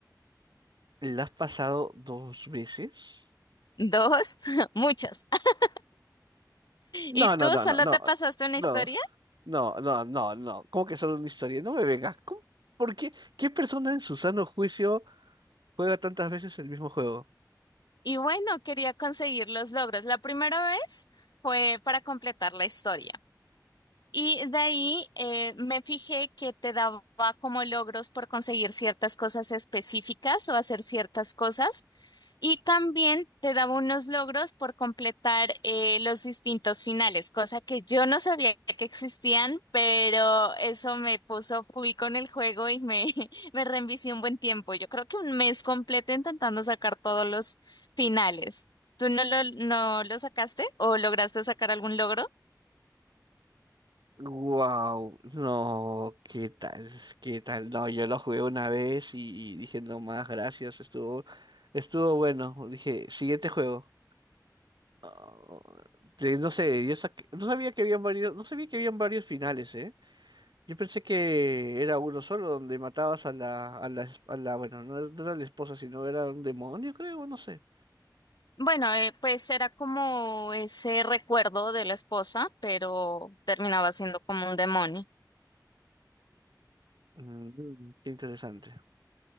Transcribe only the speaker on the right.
¿la has pasado dos veces?
No,
no,
no,
no, no,
no,
No, no, no, no. ¿Cómo que solo una historia? No me vengas. ¿Cómo? ¿Por qué? ¿Qué persona en su sano juicio juega tantas veces el mismo juego?
Wow, no, ¿qué tal? ¿Qué tal? No, yo lo jugué una vez y, y dije, no más, gracias, estuvo, estuvo bueno. Dije, siguiente juego. Ah, te- no sé, yo saqué- no sabía que habían varios, no sabía que habían varios finales, ¿eh? Yo pensé que era uno solo donde matabas a la, a la, es- a la, bueno, no, era no era la esposa, sino era un demonio, creo, no sé.
Mm, mm, qué interesante.